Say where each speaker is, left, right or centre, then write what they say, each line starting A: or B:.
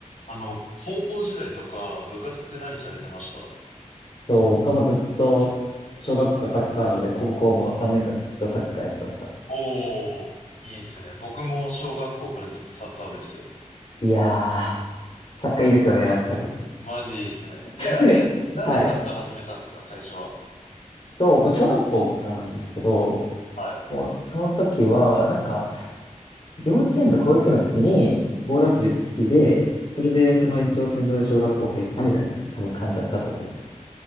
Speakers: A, on the left; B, on the left.
A: あの、高校時代とか部活って何されてました
B: そう、僕はもうずっと、小学校からサッカーなので、高校も3年間ずっとサッカーやってました。
A: おー、いいっすね。僕も小学校からずっとサッカー部ですよ。
B: いやー、サッカーいいですよね、やっぱり。
A: マジいいっすね。え、
B: <laughs>
A: なんで、なんでサッカー始めたんですか、
B: はい。
A: 最初は。
B: と、もう小学校からなんですけど、
A: はい。
B: もうその時は、なんか、幼稚園とか保育園の時に、ボール遊びが好きで、それでその延長線上で小学校入ったみたいな、
A: うんうん。
B: 多分感じだったと思います。